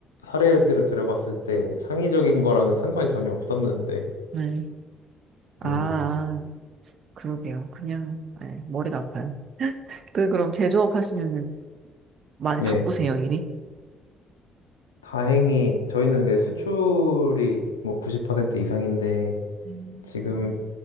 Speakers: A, on the left (about 80°); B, on the right (about 55°).
A: 사례들을 들어봤을 때 창의적인 거랑은 상관이 전혀 없었는데,
B: 네. 아,
A: 음,
B: 아, 그러게요. 그냥, 네, 머리가 아파요. 그, 그럼 제조업 하시면은 많이 바쁘세요,
A: 예.
B: 일이?
A: 다행히 저희는 이게 수출이 뭐 90% 이상인데,
B: 음,
A: 지금